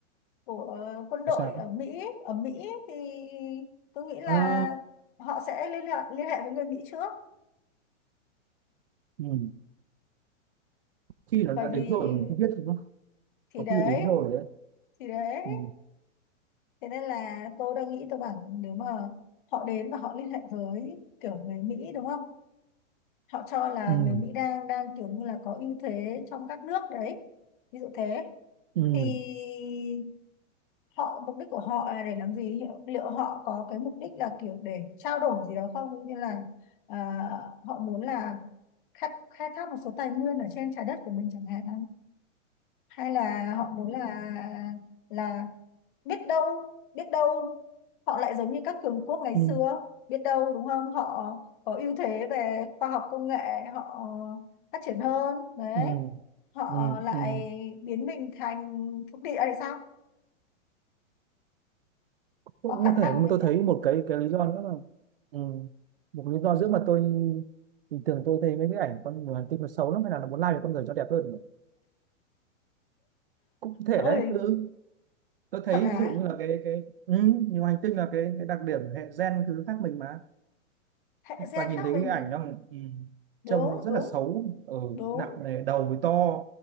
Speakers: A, on the left; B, on the right.
A: của quân đội
B: có sao
A: ở Mỹ ở Mỹ thì tôi nghĩ là
B: à,
A: họ sẽ liên hệ liên hệ với người Mỹ trước
B: ừ. khi nó
A: bởi
B: đã đến
A: vì
B: rồi mình không biết đúng không
A: thì
B: có
A: đấy
B: khi đến rồi đấy
A: thì đấy
B: ừ.
A: Thế nên là tôi đang nghĩ tôi bảo nếu mà họ đến và họ liên hệ với kiểu người Mỹ đúng không? Họ cho là
B: Ừ.
A: người Mỹ đang đang kiểu như là có ưu thế trong các nước đấy. Ví dụ thế
B: Ừ.
A: thì họ mục đích của họ là để làm gì? liệu Liệu họ có cái mục đích là kiểu để trao đổi gì đó không? Như là à, họ muốn là khai, khai thác một số tài nguyên ở trên trái đất của mình chẳng hạn hay là họ muốn là là biết đâu biết đâu họ lại giống như các cường quốc ngày
B: Ừ.
A: xưa biết đâu đúng không họ có ưu thế về khoa học công nghệ họ phát triển hơn đấy
B: Ừ.
A: họ
B: Ừ.
A: lại
B: Ừ.
A: biến mình thành thuộc địa hay sao
B: cũng
A: có khả
B: có
A: năng
B: thể nhưng mà
A: đấy
B: tôi
A: chứ
B: thấy một cái cái lý do nữa là ừ, một lý do nữa mà tôi bình thường tôi thấy mấy cái ảnh con người hành tinh nó xấu lắm hay là nó muốn lai về con người cho đẹp hơn cũng có thể
A: tôi
B: đấy cứ tôi thấy
A: thật hả
B: ví dụ như là cái cái ừ, nhiều hành tinh là cái cái đặc điểm hệ gen thứ khác mình mà
A: hệ gen
B: và nhìn
A: khác
B: thấy
A: mình
B: cái ảnh nó ừ,
A: đúng
B: trông nó rất
A: đúng
B: là xấu ở
A: đúng
B: nặng nề đầu thì to